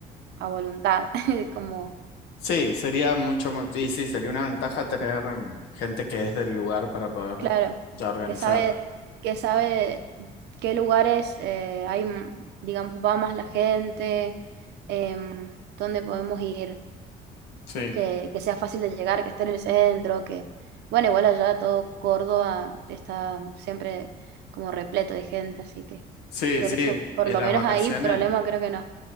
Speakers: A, on the right; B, on the left.
A: a voluntad, <laughs> como
B: Sí, sería mucho, mo- y sí, sería una ventaja tener mm, gente que es del lugar para poder
A: Claro,
B: ya organizar.
A: que sabe, que sabe qué lugares eh, hay, m- digamos, va más la gente, em, dónde podemos ir,
B: Sí,
A: que, que sea fácil de llegar, que esté en el centro, que, bueno, igual allá todo Córdoba está siempre como repleto de gente, así que
B: sí,
A: por
B: sí.
A: eso, por
B: Y en
A: lo
B: las
A: menos
B: vacaciones,
A: ahí, problema creo que no.